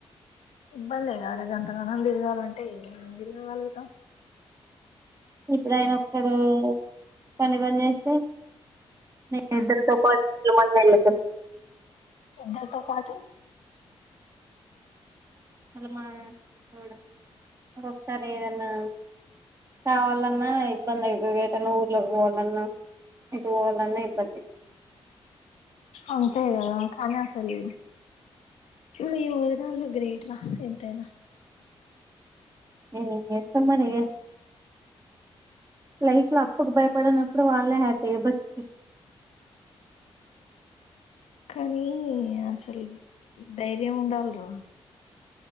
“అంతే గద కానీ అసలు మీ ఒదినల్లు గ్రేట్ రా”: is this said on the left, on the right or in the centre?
Left